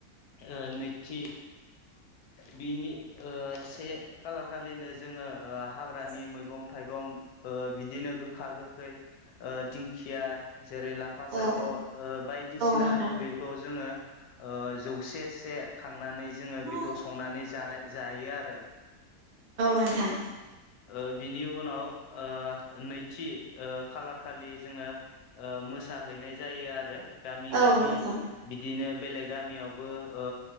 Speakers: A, on the left (about 80°); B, on the right (about 40°).
A: ओ नैथि बिनि ओ से खालार खालिनो
B: औ
A: जोङो हाग्रा
B: औ
A: ग्रानि मैगं थाइगं ओ बिदिनो गोखा गोखै ओ दिंखिया जेरै लाफा
B: औ
A: सायख' ओ बायदिसिना
B: नोंथां
A: बे खौ जोङो ओ जौसे से खांनानै जोङो
B: औ
A: बेखौ संनानै जानाय जायो आरो
B: नोंथां
A: ओ बिनि उनाव ओ नैथि ओ खालार खालि जोङो ओ मोसाहैनाय जायो आरो गामि
B: औ
A: गामि
B: नोंथां
A: बिदिनो बेलेग गामियावबो ओ